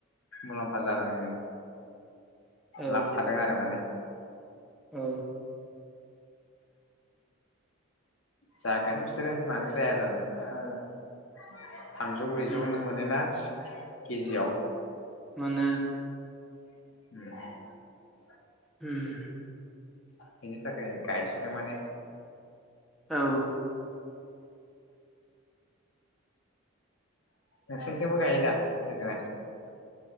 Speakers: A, on the left; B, in the centre.
A: मुलाम्फा जादोंनो
B: औ
A: लाबथादों आरो माने
B: औ
A: जागोन बिसोरो मानो जाया जानो आ <unintelligible> थामजौ ब्रैजौनो
B: उम
A: मोनोना <inaudible> केजियाव
B: मोनो
A: <inaudible>
B: उम
A: बेनि थाखाय गायसोदों माने
B: औ
A: नोंसोरनिथिंबो गायो दा ओजोंहाय